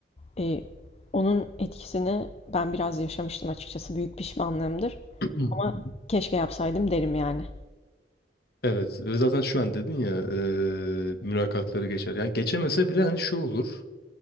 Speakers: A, on the left; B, on the left.
A: Ee, onun etkisini ben biraz yaşamıştım açıkçası. Büyük pişmanlığımdır.
B: <clears throat>
A: Ama keşke yapsaydım derim yani.
B: Evet ve zaten şu an dedin ya eee, mülakatları geçer. Yani geçemese bile hani şu olur.